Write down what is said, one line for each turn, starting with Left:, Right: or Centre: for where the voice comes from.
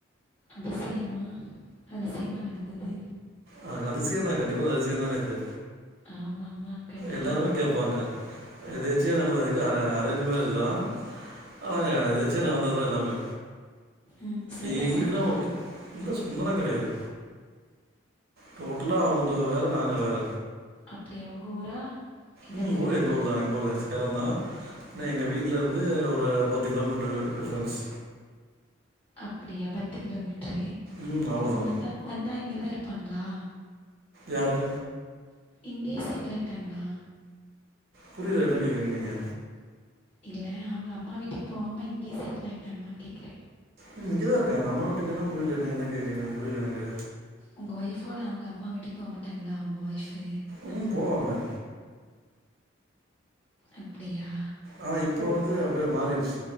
Left: அதிசயமா அதிசயமா நடந்தது
Right: ஆஹ அதிசயந்தா கண்டிப்பா அதிசியந்தானே இது
Left: ஆமா ஆமா கண்டிப்பா
Right: எல்லாருமே கேப்பாங்க எதர்ச்சியா நடந்ததுக்கு அரேஞ்சு மேரேஜ்தா அ எதர்ச்சியா நடந்ததுதா எல்லாமே
Left: ம். சொந்தக்காரங்களா?
Right: எங்குளுக்குதா ஓகே இல்ல சொந்தோலா கடையாது டோட்டலா அவுங்கது வேற நாங்க வேற
Left: அப்டியா உங்க ஊரா இல்ல
Right: ம்
Left: வேற
Right: ஊரு
Left: ஊரா?
Right: எங்க ஊர்தா எங்க ஊர்தா சேலந்தா என்ன எங்க வீட்லருந்து ஒரு பத்து கிலோமீட்ரு டிஃப்ரெண்ஸ்
Left: அப்புடியா பத்து கிலோமீட்ரு
Right: ம் அவ்ளோதா
Left: அப்ப வந்தா வந்தா இங்கதா இருப்பாங்ளா
Right: யாரு
Left: இங்கயே செட்டுல் ஆய்ட்டாங்ளா
Right: புரில என்ன கேகுறீங்கன் நீங்க
Left: இல்ல அவுங்க அம்மா வீட்டுக்கு போகாம இங்கயே செட்டுல் ஆய்ட்டாங்களான் கேக்குற
Right: ம் இங்கதா இருக்காங்க அம்மா வீட்டுக்குன்னா புரில நீங்க என்ன கேக்குறீங்கன் புரில எனக்கு
Left: உங்க ஒய்ஃபோட அவங்க அம்மா வீட்டுக் போமாட்டாங்ளா உங்க ஒய்ஃபு
Right: ம் போவாங்களே
Left: அப்டியா
Right: ஆனா இப்போ வந்து அப்டியே மாரிடுச்சு